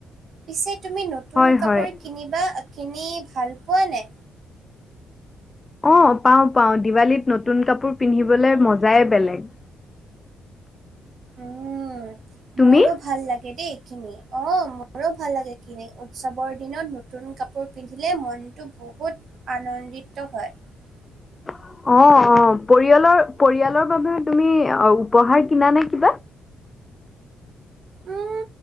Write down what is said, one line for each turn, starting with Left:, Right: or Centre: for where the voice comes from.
Right: পিছে তুমি নতুন
Left: হয়
Right: কাপোৰ
Left: হয়
Right: কিনিবা-কিনি ভাল পোৱা নে?
Left: অ', পাওঁ, পাওঁ, দিৱালীত নতুন কাপোৰ পিন্ধিবলৈ মজাই বেলেগ।
Right: উম
Left: তুমি?
Right: মোৰো ভাল লাগে দেই এইখিনি। অ', মোৰো ভাল লাগে কিনি, উৎসৱৰ দিনত নতুন কাপোৰ পিন্ধিলে মনটো বহুত আনন্দিত হয়। <inaudible>
Left: অ', অ', পৰিয়ালৰ-পৰিয়ালৰ বাবে তুমি অ' উপহাৰ কিনা নে কিবা?
Right: উম,